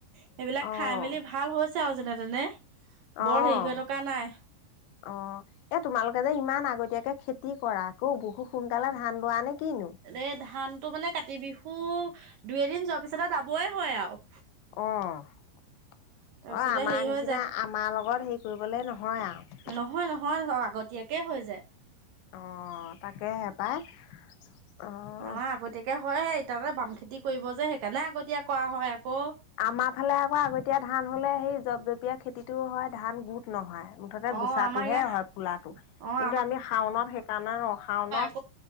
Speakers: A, on the right; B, on the left.
A: সেইবিলাক
B: অ'।
A: খাই মেলি ভাল হৈছে আৰু যেনে তেনে
B: অ',
A: বৰ হেৰি হৈ থকা নাই।
B: অ এ তোমালোকে যে ইমান আগতিয়াকে খেতি কৰা অ বহুত সোনকালে ধান ৰোৱা নে কিনো?
A: এই ধানটো মানে কাতি বিহু দুই এদিন যোৱাৰ পিছতে দাবই হয় আৰু।
B: অ অ
A: তাৰপিছতে
B: আমাৰ
A: হেৰি হৈ
B: নিচিনা
A: যায়
B: আমাৰ লগত হেৰি কৰিবলৈ নহয় আৰু।
A: নহয় নহয় ধৰ আগতীয়াকে হৈ যায়।
B: অ তাকে হে পাই। অ',
A: আমাৰ আগতীয়াকে হয়ে ইটা ততে বাম খেতি কৰিব যে সেইকাৰণে আগতীয়া কৰা হয় আকৌ।
B: আমাৰ ফালে আকৌ আগতীয়া ধান হ'লে সেই জপ জপীয়া খেতিটোও হয় ধান গোট নহয়। মুঠতে
A: অ'
B: গুচাটোহে
A: আমাৰ ইয়াত
B: হয় পোলাটো। কিন্তু
A: অ'
B: আমি শাওনত সেইকাৰণে ৰো শাওনত
A: অ